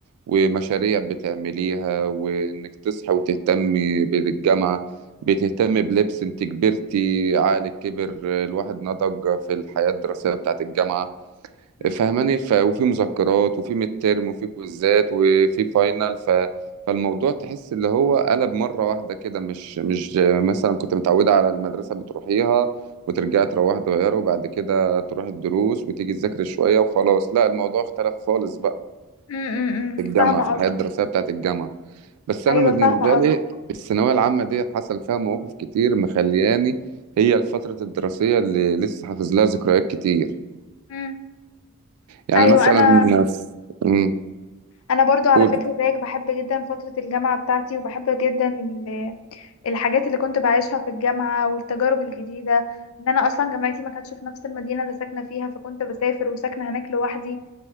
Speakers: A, on the right (about 85°); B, on the left (about 65°).
A: ومشاريع بتعمليها وإنك تصحي وتهتمي بالجامعة بتهتمي بلبس أنت كبرتي عقلك كبر الواحد نضج في الحياة الدراسية بتاعت الجامعة
B: مم.
A: فاهماني ف... وفي مذكرات وفي ميد تيرم وفي كويزات وفي فاينل ف... فالموضوع تحس اللي هو قلب مرة واحدة كده مش مش مثلا كنت متعودة على المدرسة بتروحيها وترجعي تروحي تغيري وبعد كده تروحي الدروس وتيجي تذاكري شوية وخلاص لا الموضوع اختلف خالص بقى
B: مم، مم، مم.
A: في الجامعة
B: فاهمة
A: في الحياة
B: قصدك
A: الدراسية بتاعت الجامعة بس
B: ايوه
A: أنا بالنسبة
B: فاهمة
A: لي
B: قصدك
A: الثانوية العامة ديت حصل فيها مواقف كتير مخلياني هي الفترة الدراسية اللي لسه حافظ لها ذكريات كتير
B: مم.
A: يعني
B: ايوه
A: مثلا
B: انا
A: مم.
B: انا برضو على
A: قول
B: فكرة زيك بحب جدا فترة الجامعة بتاعتي وبحب جدا ال- الحاجات اللي كنت بعيشها في الجامعة والتجارب الجديدة ان انا اصلا جامعتي ما كانتش في نفس المدينة اللي ساكنة فيها فكنت بسافر وساكنة هناك لوحدي